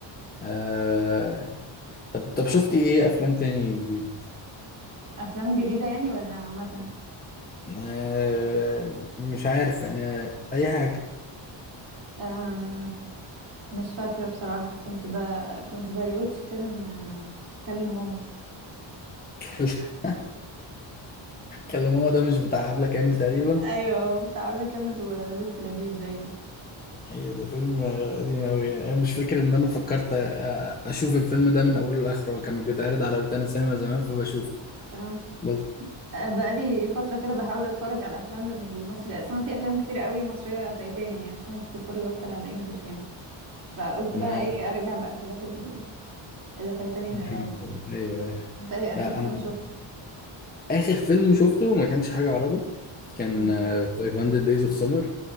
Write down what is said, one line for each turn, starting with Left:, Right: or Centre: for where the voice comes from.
Left: آه... طب طب شفتي ايه افلام تاني جديد
Right: افلام جديدة يعني ولا عامة
Left: آه، مش عارف يعني اي حاجه
Right: أم... مش فاكرة بصراحة كنت ب... كنت بريوتش فيلم آه، كلم ماما
Left: <laughs> كلم ماما ده مش بتاع عبله كامل تقريبا
Right: ايوه بتاع عبلة كامل ولطفي لبيب باين
Left: ايوه ده فيلم آه، قديم قوي يعني انا مش فاكر ان انا فكرت آه، اشوف الفيلم ده من اوله لاخره هو كان بيتعرض على روتانا سينما زمان فبشوفه
Right: اه
Left: بس
Right: آه، بقالي فترة كده بحاول اتفرج على الافلام المصري اصل انا في افلام كتير قوي مصرية فايتاني يعني عشان أنا كنت بتفرج اكتر على انجلش يعني فقلت
Left: انا
Right: بقى ايه ارجع بقى الحاجات ال- اللي فايتاني من
Left: كان
Right: الاول
Left: حاجة كده. ايوه أيوة.
Right: انت ايه اخر
Left: لا
Right: فيلم
Left: انا
Right: شفته
Left: اخر فيلم شفته ما كانش حاجه عربي كان
Right: كان إيه؟
Left: آه، 500 Days of Summer